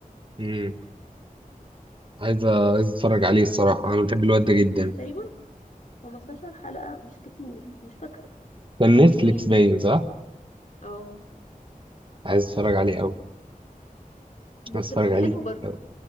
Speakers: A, on the right (about 35°); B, on the left (about 55°).
A: امم عايز عايز اتفرج عليه الصراحة انا بحب الواد ده جدا
B: تقريبا 15 حلقه مش كتير مش فاكره
A: كان
B: بس هو
A: نتفليكس
B: مش طويل
A: باين صح
B: اه
A: عايز اتفرج عليه قوي
B: بس
A: عايز اتفرج
B: بقى
A: عليه
B: حلو برضه
A: قوي